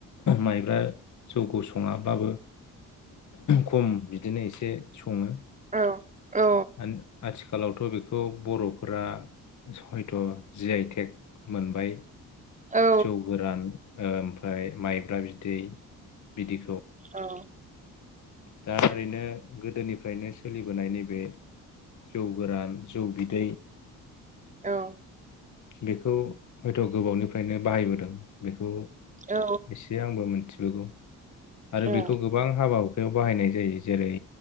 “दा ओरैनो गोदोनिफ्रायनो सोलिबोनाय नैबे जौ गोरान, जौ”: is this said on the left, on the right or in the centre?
Left